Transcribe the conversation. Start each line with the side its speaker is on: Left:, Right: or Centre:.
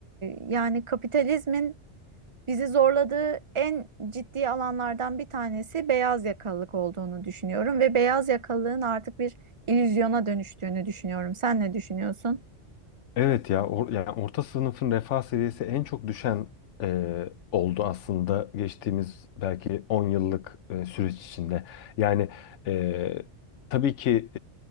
Right: yani kapitalizmin bizi zorladığı en ciddi alanlardan bir tanesi beyaz yakalılık olduğunu düşünüyorum ve beyaz yakalılığın artık bir illüzyona dönüştüğünü düşünüyorum. Sen ne düşünüyorsun?
Left: Evet ya or- yani orta sınıfın refah seviyesi en çok düşen e, oldu aslında geçtiğimiz belki 10 yıllık e, süreç içinde. Yani e, tabii ki